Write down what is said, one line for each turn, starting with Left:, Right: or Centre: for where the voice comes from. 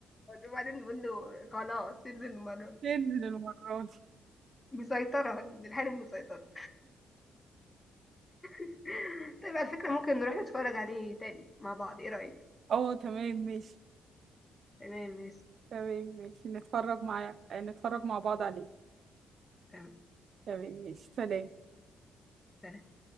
Left: وبعدين بيقول له خلاص انزل المره دي
Right: تنزل المرة دي
Left: مسيطره الحنفي مسيطره <laughs> طيب على فكره ممكن نروح نتفرج عليه تاني مع بعض ايه رايك
Right: اه تمام ماشي
Left: تمام ماشي
Right: تمام ماشي نتفرج معايا آه، نتفرج مع بعض عليه
Left: تمام
Right: تمام ماشي سلام
Left: سلام